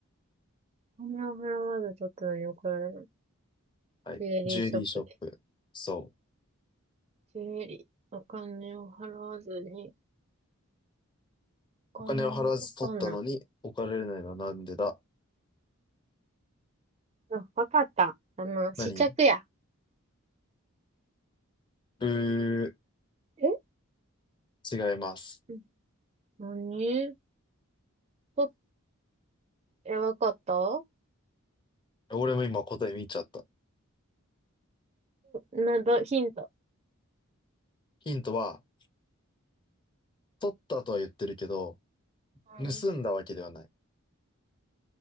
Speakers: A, on the right; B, on the left.
A: お金を払わず取ったのに怒られる。
B: はい。
A: ジュエリーショップで。
B: ジュエリーショップ。そう。
A: ジュエリー。お金を払わずに、お金をわかんない。
B: お金を払わず取ったのに怒られないのはなんでだ
A: あ、わかった。あの、
B: 何
A: 試着や。
B: う
A: え
B: ー、違います。
A: うん何と、え、わかったう
B: 俺も今答え見ちゃった。
A: ん、なだ、ヒント。
B: ヒントは、取ったとは言ってるけど、盗んだわけではない。
A: うん。